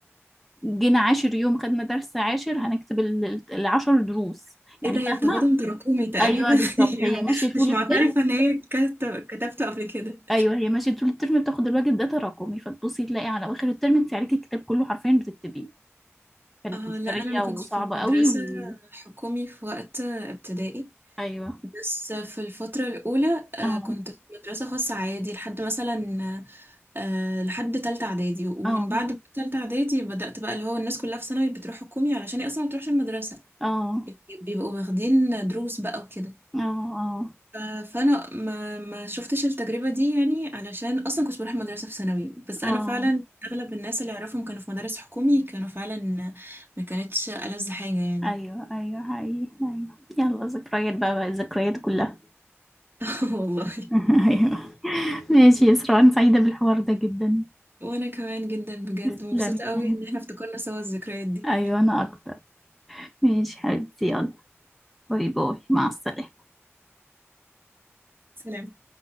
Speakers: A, in the centre; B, on the right (about 50°).
A: جينا عاشر يوم خدنا درس عاشر هنكتب ال- ال- العشر دروس يعني
B: ايه ده هي
A: فاهمة
B: بتاخدهم تراكمي تقريبا
A: أيوه بالظبط
B: <laughs> هي
A: هي ماشية طول
B: مش معترفة
A: الترم
B: ان هي كتب... كتبته قبل كده
A: أيوه هي ماشية طول الترم بتاخد الواجب ده تراكمي فتبصي تلاقي على آخر الترم أنت عليكي الكتاب كله حرفيا بتكتبيه كانت
B: اه لا
A: مسترية
B: انا ما كنتش
A: وصعبة
B: في
A: قوي
B: مدرسة
A: و...
B: حكومي في وقت ابتدائي
A: أيوه
B: بس في الفترة الأولى آه،
A: أه
B: كنت في مدرسة خاصة عادي لحد مثلا آه، لحد تالتة إعدادي ومن
A: أه
B: بعد تالتة إعدادي بدأت بقى اللي هو الناس كلها في ثانوي بتروح حكومي علشان هي أصلا ما بتروحش المدرسة
A: أه
B: يعني بيبقوا واخدين دروس بقى وكده
A: أه أه
B: ف- فأنا ما ما شفتش التجربة دي يعني علشان أصلا كنت بروح المدرسة في ثانوي بس
A: أه
B: أنا فعلا أغلب الناس اللي أعرفهم كانوا في مدارس حكومي كانوا فعلا ما كانتش ألذ حاجة يعني
A: أيوه أيوه حقيقي أيوه يلا ذكريات بقى بقى الذكريات كلها
B: <laughs> والله
A: <laughs> أيوه. ماشي يا إسراء أنا سعيدة بالحوار ده جدا
B: وانا كمان جدا بجد
A: تسلمي
B: مبسوطة
A: يا حبيبتي.
B: قوي ان احنا افتكرنا سوا الذكريات دي
A: أيوة أنا أكتر ماشي حبيبتي يلا باي باي مع السلامة
B: سلام